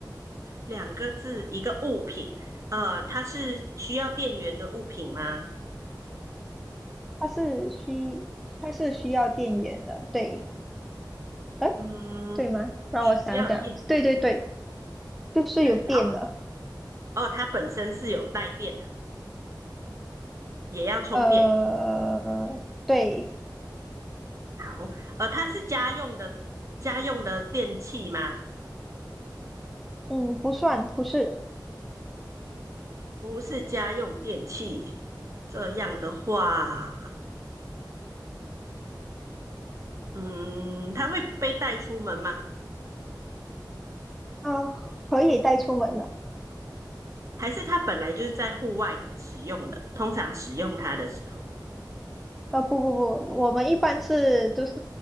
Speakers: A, on the right (about 40°); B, in the centre.
A: 两个字，一个物品，呃，它是需要电源的物品吗？
B: 它是需，它是需要电源的，对，呃，
A: 嗯，
B: 对吗？让我想一想，
A: 需要电源。
B: 对对对，就是有电的，
A: 好。哦，它本身是有带电的，也要充电。
B: 呃，对，
A: 好，呃，它是家用的家用的电器吗？
B: 嗯，不算，不是，
A: 不是家用电器。这样的话，嗯，它会被带出门吗？
B: 呃，可以带出门的，
A: 还是它本来就是在户外使用的？通常使用它的时候，
B: 呃，不不不，我们一般是就是